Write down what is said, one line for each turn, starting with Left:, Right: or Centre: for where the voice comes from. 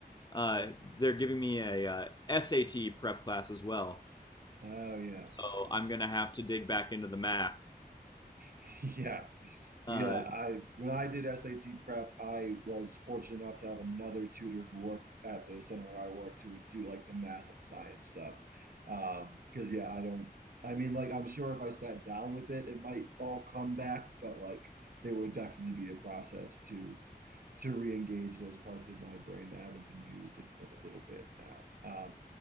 Left: Uh, they're giving me a uh, SAT prep class as well.
Right: Oh, yeah.
Left: So I'm gonna have to dig back into the math.
Right: <laughs> Yeah, yeah.
Left: Uh,
Right: I when I did SAT prep, I was fortunate enough to have another tutor who worked at the center where I worked who would do like the math and science stuff. Um, because yeah, I don't I mean like I'm sure if I sat down with it, it might all come back, but like it would definitely be a process to to re-engage those parts of my brain that haven't been used in, in a little bit now. Um,